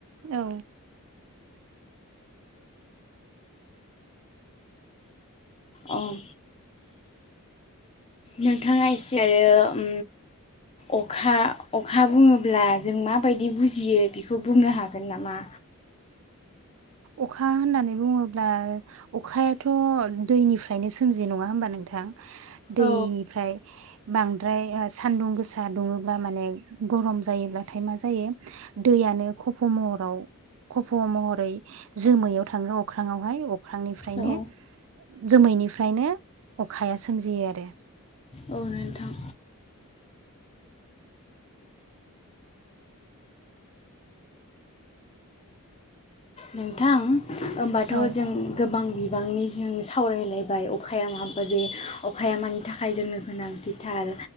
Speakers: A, on the right; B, on the left.
A: औ।
B: अ होह नोंथाङा एसे आरो ओम अखा अखा बुङोब्ला जों माबायदि बुजियो बेखौ बुंनो हागोन नामा।
A: अखा होननानै बुङोब्ला दा अखायाथ' दैनिफ्रायनो सोमजि नङा होमबा नोंथां? दैनिफ्राय
B: औ
A: बांद्राय सान्दुं गोसा दुङोब्ला माने गरम जायोब्लाथाय मा जायो दैयानो खफ महराव खफ महरै जोमैयाव थाङो अख्रांआवहाय अख्रांनिफ्रायनो
B: औ
A: जोमैनि ओंखायनो अखाया सोमजियो आरो
B: औ नोंथां नोंथां होमबाथ
A: औ
B: जों गोबां बिब गोबांनि जों सावरायलायबाय अखाया माबादि अखाया मानि थाखाय जोंनो गोनांथिथार